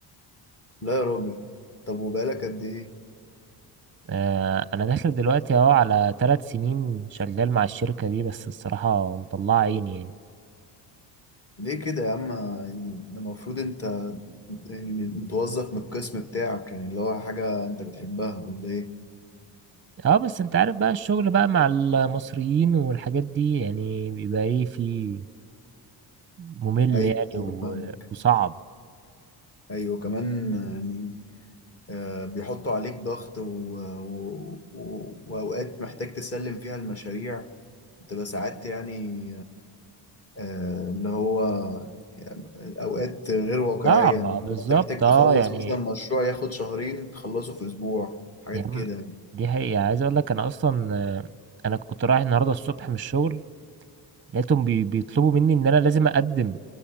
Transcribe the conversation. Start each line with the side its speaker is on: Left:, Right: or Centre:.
Left: لا يا راجل طب وبقالك قد ايه
Right: آه، انا داخل دلوقتي اهو على ثلاث سنين شغال مع الشركة دي بس الصراحة مطلعة عيني يعني
Left: ليه كده يا عم يعني ده المفروض انت يعني متوظف من القسم بتاعك يعني اللي هو حاجه انت بتحبها ولا ايه
Right: اه بس انت عارف بقى الشغل بقى مع المصريين والحاجات دي يعني بيبقى ايه في ممل
Left: ايوه
Right: يعني
Left: ايوه
Right: و...
Left: فاهمك
Right: وصعب
Left: ايوه كمان يعني آه، بيحطوا عليك ضغط و... و... و... واوقات محتاج تسلم فيها المشاريع بتبقى ساعات يعني آه، اللي هو يعني أوقات غير واقعية
Right: صعب
Left: أنت
Right: آه، بالظبط
Left: محتاج
Right: اه
Left: تخلص
Right: يعني
Left: مثلا مشروع ياخد شهرين تخلصه في أسبوع حاجات
Right: يعني
Left: كده يعني
Right: دي حقيقة عايز اقول لك انا اصلا آه، انا كنت رايح النهارده الصبح من الشغل لقيتهم بي... بيطلبوا مني ان انا لازم اقدم